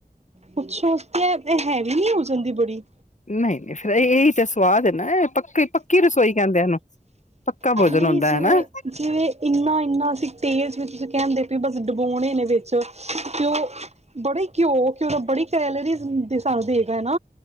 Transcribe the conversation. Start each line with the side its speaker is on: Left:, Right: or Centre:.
Right: ਪੁੱਛੋ ਤੇ ਹੈ ਵੀ ਨੀ ਹੋ ਜਾਂਦੀ ਬੜੀ
Left: ਨਹੀਂ ਨਹੀਂ ਫੇਿਰ ਇਹਹੀ ਤਾਂ ਸਵਾਦ ਏ ਨਾ ਪੱਕੀ ਪੱਕੀ ਰਸੋਈ ਕਹਿੰਦੇ ਇਹਨੂੰ ਭੋਜਨ
Right: ਨਹੀਂ
Left: ਹੁੰਦਾ
Right: ਜਿਵੇਂ
Left: ਹੈ ਨਾ
Right: ਜਿਵੇਂ ਇੰਨਾ ਇੰਨਾ ਅਸੀਂ ਤੇਜ਼ ਵਿੱਚ ਤੁਸੀ ਕਹਿਣ ਦੇਖ ਫਿਰ ਬਸ ਡਬੋਣੇ ਨੇ ਵਿੱਚ ਫ ਉਹ ਬੜੇ ਘਿਓ ਘਿਓ ਦਾ ਬੜੀ ਕੈਲਰੀਜ਼ ਦੇ ਸਾਨੂੰ ਦੇਗਾ ਹੈ ਨਾ